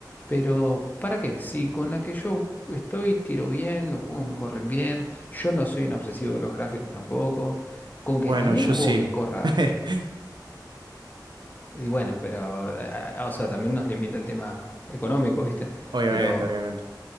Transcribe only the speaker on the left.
Pero ¿para qué? Si con la que yo estoy tiro bien, los juegos me corren bien, yo no soy un obsesivo de los gráficos tampoco. Con que
a mí
el juego
me corra.
Y bueno, pero, eh, eh, o sea, también nos limita el tema económico, ¿viste?
Pero